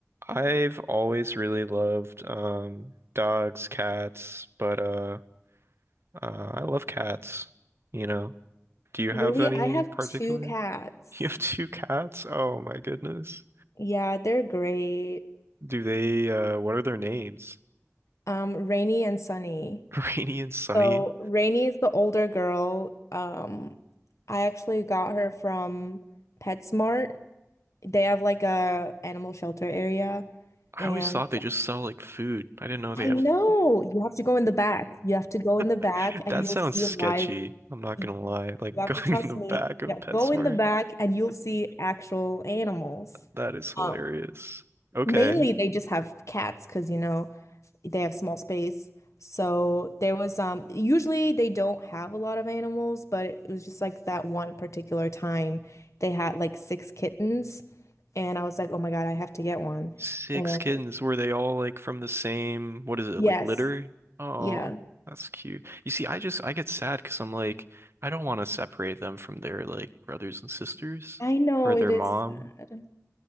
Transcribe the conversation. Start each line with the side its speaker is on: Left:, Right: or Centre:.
Right: I've always really loved um dogs, cats, but uh uh I love cats, you know. Do you
Left: Really,
Right: have any
Left: I have
Right: particular?
Left: two cats.
Right: <laughs> You have two cats? Oh my goodness.
Left: Yeah, they're great.
Right: Do they, uh, what are their names?
Left: Um, Rainy and Sunny.
Right: <laughs> Rainy and Sunny?
Left: So Rainy is the older girl. Um, I actually got her from PetSmart. They have like a animal shelter area,
Right: I
Left: and
Right: always thought they just sell like food. I didn't know they
Left: I
Right: have.
Left: know you have to go in the back. You have to go in the back,
Right: <laughs>
Left: and
Right: That
Left: you'll
Right: sounds
Left: see
Right: sketchy.
Left: live
Right: I'm not
Left: y-
Right: gonna lie. Like
Left: You have
Right: <laughs> going
Left: to trust
Right: in the
Left: me.
Right: back of
Left: Yeah,
Right: PetSmart.
Left: go in the back and you'll see actual animals.
Right: That is hilarious.
Left: Um,
Right: Okay.
Left: mainly they just have cats because you know they have small space. So there was um usually they don't have a lot of animals, but it was just like that one particular time they had like six kittens and I was like, "Oh my God, I have to get one."
Right: Six
Left: And
Right: kittens. Were they all like from the same, what is it,
Left: yes,
Right: like litter? Oh,
Left: yeah.
Right: that's cute. You see, I just I get sad because I'm like, I don't want to separate them from their like brothers and sisters
Left: I know
Right: or their
Left: it is
Right: mom.
Left: sad.